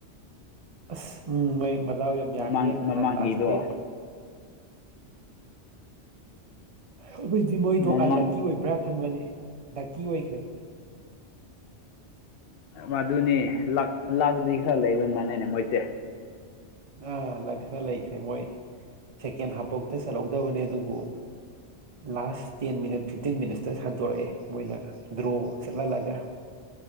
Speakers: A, on the right (about 35°); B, on the left (about 60°).
A: ꯑꯁ ꯎꯝ ꯃꯣꯏ ꯃꯗꯥꯎ ꯌꯥꯝ
B: ꯃꯃꯥꯡ
A: ꯌꯥꯈ꯭ꯔꯦ ꯅꯍꯥꯟ
B: ꯃꯃꯥꯡꯒꯤꯗꯣ
A: ꯂꯥꯁ ꯄ꯭ꯂꯦꯗꯣ ꯑꯩꯈꯣꯏꯗꯤ ꯃꯣꯏꯗꯣ
B: ꯃꯃꯥꯡ
A: ꯑꯟꯂꯛꯀꯤ ꯑꯣꯏꯕ꯭ꯔꯥ ꯈꯟꯕꯅꯤ ꯂꯛꯀꯤ ꯑꯣꯏꯈ꯭ꯔꯦ
B: ꯃꯗꯨꯅꯤ ꯂꯛ ꯂꯥꯛꯗꯤ ꯈꯔ ꯂꯩꯕ ꯃꯥꯟꯅꯤꯅꯦ ꯃꯣꯏꯁꯦ
A: ꯑꯥ ꯂꯛ ꯈꯔ ꯂꯩꯈ꯭ꯔꯦ ꯃꯣꯏ ꯁꯦꯀꯦꯟ ꯍꯥꯞꯐꯧꯗ ꯆꯜꯍꯧꯗꯕꯅꯦ ꯑꯗꯨꯕꯨ ꯂꯥꯁ ꯇꯦꯟ ꯃꯤꯅꯠ ꯐꯤꯞꯇꯤꯟ ꯃꯤꯅꯠꯁꯇ ꯁꯟꯇꯣꯔꯛꯑꯦ ꯃꯣꯏꯅ ꯗ꯭ꯔꯣꯆꯥꯠꯍꯥꯜꯂꯒ